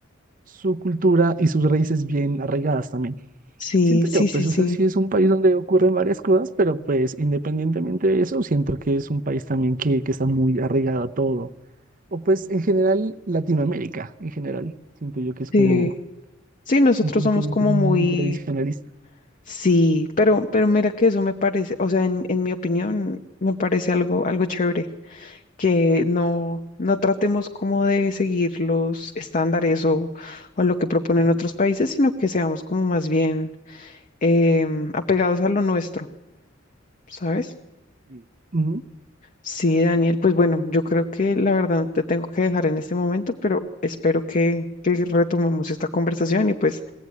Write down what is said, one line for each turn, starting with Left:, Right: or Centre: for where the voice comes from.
Right: su cultura y sus raíces bien arraigadas también.
Left: Sí,
Right: Siento
Left: sí,
Right: yo,
Left: sí,
Right: pues,
Left: sí,
Right: o sea, sí es un país donde ocurren varias cosas, pero pues independientemente de eso, siento que es un país también que, que está muy arraigado a todo. O pues en general Latinoamérica, en general, siento yo que es
Left: sí.
Right: como
Left: Sí, nosotros
Right: un continente
Left: somos como
Right: muy
Left: muy,
Right: tradicionalista.
Left: sí, pero, pero mira que eso me parece, o sea, en, en mi opinión, me parece algo, algo chévere, que no, no tratemos como de seguir los estándares o, o lo que proponen otros países, sino que seamos como más bien. em, apegados a lo nuestro, ¿sabes?
Right: Sí. Ujú.
Left: Sí, Daniel, pues bueno, yo creo que la verdad te tengo que dejar en este momento, pero espero que, que retomemos esta conversación y pues